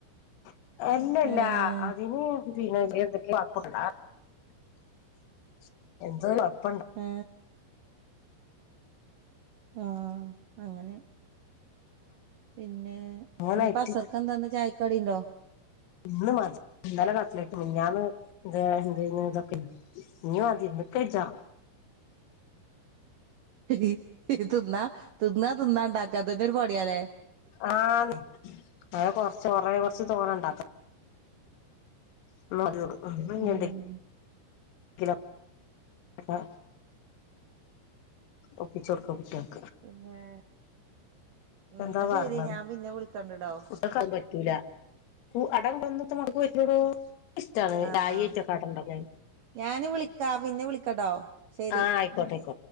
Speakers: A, on the left; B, on the right.
A: <inaudible> എല്ലല്ലാ
B: ഏഹ്
A: അതിന് <unintelligible> ഇന്ന <unintelligible> ഇ എന്തൊക്ക ആപ്പൊക്കെണ്ട് ആ <inaudible> <unintelligible>
B: ഉം ആഹ അങ്ങനെ പിന്നെ
A: അങ്ങനായിട്ട്
B: ഇനിപ്പം അസർക്ക എന്താന്ന് ചായക്കാടി ഇണ്ടോ
A: ഇന്ന് മാ <unintelligible> ഇന്നലെ കട്ടിലറ്റ് മിന്നാന്ന് എന്തേനി ഇതൊക്കെ ഇഞ്ഞ് മതി ഇത് കരി <unintelligible> <unintelligible> കുത്ത
B: <inaudible> തിന്ന തിന്ന തിന്നാണ്ടാക്ക ഇതന്ന ഒരു പണിയാലേ
A: ആഹ് അതൊക്കെ കൊറച്ച് കൊറേ കുറച്ച് തോന്നണ്ടാ <inaudible> ക്കണ്ടേ <unintelligible>
B: ഉം
A: ആന്ത <unintelligible> <inaudible> <unintelligible> ഒപ്പിച്ചൊട്ക്കാ കുട്ട്യ <unintelligible>
B: പിന്നെ ഇന്ന
A: എന്താ പറഞ്ഞത്
B: ശരി ഞാൻ പിന്നെ വിളിക്കണ്ടട്ടോ
A: കുട്ട്യാക്കതൊന്നും <unintelligible> അടം കടന്നത്തെ മക്കും <unintelligible> ഏനിക്കി ഇഷ്ടമാണ്
B: ആഹ്
A: ഡായിയേറ്റൊക്കെ അടണ്ടക്കൻ
B: ഞാന് വിളിക്കാ പിന്നെ വിളിക്കട്ടോ ശരി
A: ആഹ് ആയിക്കോട്ടെ ആയിക്കോട്ടെ